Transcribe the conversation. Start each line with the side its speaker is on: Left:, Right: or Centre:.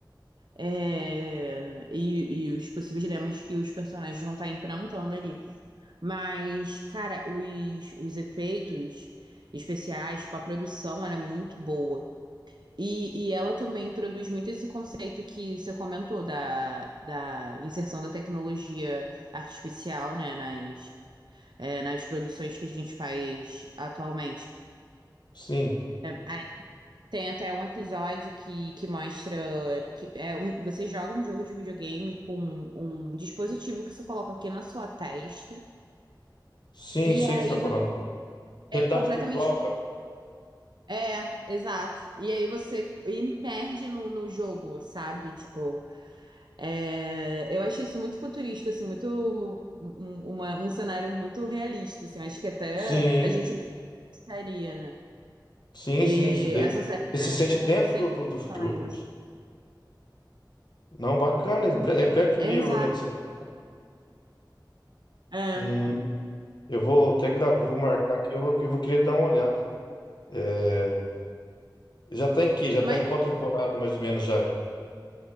Right: é, e, e os possíveis dilemas que os personagens vão estar enfrentando ali. Mas, cara, os, os efeitos especiais, tipo, a produção, ela é muito boa. E, e ela também introduz muito esse conceito que você comentou da, da inserção da tecnologia artificial, né, nas, é, nas produções que a gente faz atualmente.
Left: sim,
Right: Aí tem até um episódio que, que mostra que é um, você joga um jogo de videogame com um dispositivo que você coloca aqui na sua testa,
Left: sim,
Right: e
Left: sei
Right: aí
Left: o que você está falando.
Right: você é
Left: Realidade
Right: completamente.
Left: virtual.
Right: É, exato. E aí você emerge no, no jogo, sabe? Tipo. É, eu achei isso muito futurístico, assim, muito um, uma- um cenário muito realista, assim, acho que até
Left: Sim.
Right: a gente gostaria, né?
Left: Sim,
Right: E
Left: sim. Você, daí-
Right: essa série propõe
Left: você se sente dentro
Right: essas
Left: do, do, do,
Right: questões,
Left: do-
Right: assim.
Left: Não, bacana. É Bla- é Black Mirror,
Right: É, exato.
Left: né? Que você... falou.
Right: É.
Left: Hum, eu vou até gra... vou marcar aqui, eu vou, eu vou querer dar uma olhada. É, Já tá em que? Já
Right: Mas,
Left: tá em qual temporada, mais ou menos, já?